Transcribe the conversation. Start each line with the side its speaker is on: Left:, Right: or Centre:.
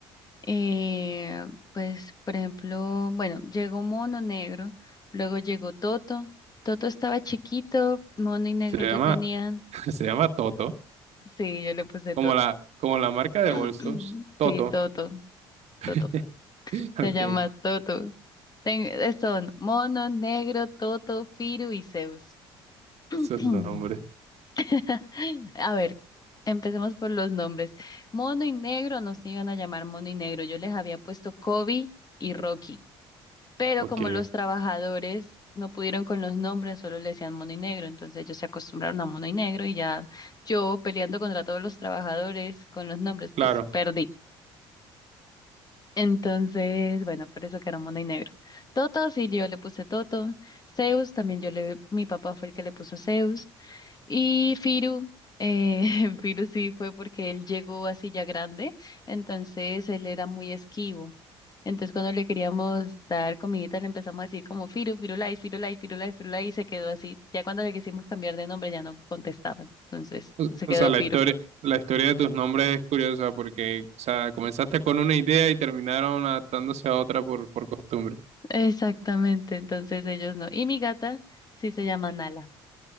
Left: eh, pues, por ejemplo, bueno, llegó Mono Negro, luego llegó Toto, Toto estaba chiquito, Mono y Negro
Right: se llama,
Left: ya tenían,
Right: <laughs> se llama Toto,
Left: sí, yo le puse
Right: como
Left: Toto,
Right: la, como la marca de
Left: <clears throat>
Right: bolsos, Toto,
Left: sí, Toto,
Right: <laughs>
Left: Toto.
Right: ok,
Left: Se llama Toto. Ten- son Mono, Negro, Toto, Firu y Zeus. <laughs>
Right: esos nombres,
Left: <clears throat> A ver, empecemos por los nombres. Mono y Negro no se iban a llamar Mono y Negro. Yo les había puesto Kobe y Rocky, pero
Right: ok,
Left: como los trabajadores no pudieron con los nombres, solo le decían Mono y Negro, entonces ellos se acostumbraron a Mono y Negro y ya yo peleando contra todos los trabajadores con los nombres, pues
Right: claro.
Left: perdí. Entonces, bueno, por eso que era mono y negro. Toto, sí, yo le puse Toto. Zeus, también yo le, mi papá fue el que le puso Zeus. Y Firu, eh, <laughs> Firu sí fue porque él llegó así ya grande, entonces él era muy esquivo. Entonces cuando le queríamos dar comidita le empezamos a decir como Firu, Firulais, Firulais, Firulais, Firulais y se quedó así. Ya cuando le quisimos cambiar de nombre ya no contestaba, entonces
Right: O
Left: se
Right: o
Left: quedó
Right: sea, la
Left: Firu.
Right: historia, la historia de tus nombres es curiosa porque, o sea, comenzaste con una idea y terminaron adaptándose a otra por, por costumbre.
Left: Exactamente, entonces ellos no. Y mi gata sí se llama Nala.